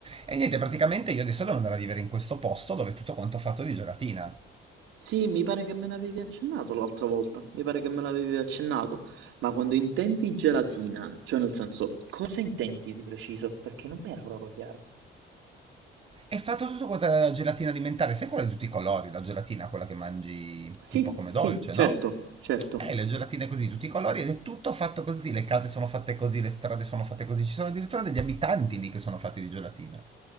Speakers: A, on the right; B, on the right.
A: E niente, praticamente io adesso devo andare a vivere in questo posto dove tutto quanto ho fatto di gelatina.
B: Sì, mi pare che me l'avevi accennato l'altra volta, mi pare che me l'avevi accennato, ma quando intendi gelatina, cioè nel senso, cosa intendi di preciso? Perché non mi era proprio chiaro.
A: È fatto tutto quanto la gelatina alimentare, sai quella di tutti i colori, la gelatina quella che mangi
B: Sì,
A: tipo come
B: sì,
A: dolce,
B: certo,
A: no?
B: certo.
A: Eh, le gelatine così, di tutti i colori, ed è tutto fatto così, le case sono fatte così, le strade sono fatte così, ci sono addirittura degli abitanti lì che sono fatti di gelatina.